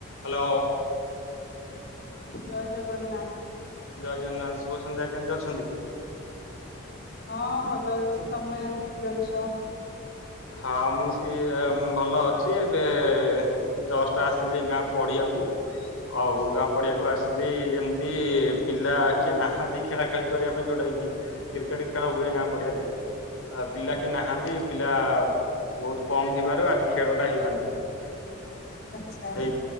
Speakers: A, on the left; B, on the left.
A: Hello
B: ଜୟ ଜଗନ୍ନାଥ।
A: ଜୟ ଜଗନ୍ନାଥ ଶୁଭ ସନ୍ଧ୍ୟା। କେମିତି ଅଛନ୍ତି?
B: ହଁ ଭଲ ଅଛି। ତମେ କେମିତି ଅଛ?
A: ହଁ ମୁଁ ସିଏ ଭଲ ଅଛି। ଏବେ ଜଷ୍ଟ୍ ଆସଥିଲି ଗାଁ ପଡିିଆକୁ। ଆଉ ଗାଁ ପଡ଼ିଆକୁ ଆସିଲି ଏମିତି ପିଲା କିଏ ନାହାନ୍ତି ଖେଳା ଖେଳାଖେଳି କରିବା ପାଇଁ ଯୋଉଟା କି କ୍ରିକେଟ ଖେଳ ହୁଏ ଗାଁ ପଡ଼ିଆରେ। ଆଉ ପିଲା କିଏ ନାହାନ୍ତି? ପିଲା ବହୁତ କମ୍ ଥିବାରୁ ଆଜି ଖେଳଟା ହେଇପାରୁନି।
B: ଆଚ୍ଛା
A: ହେଇ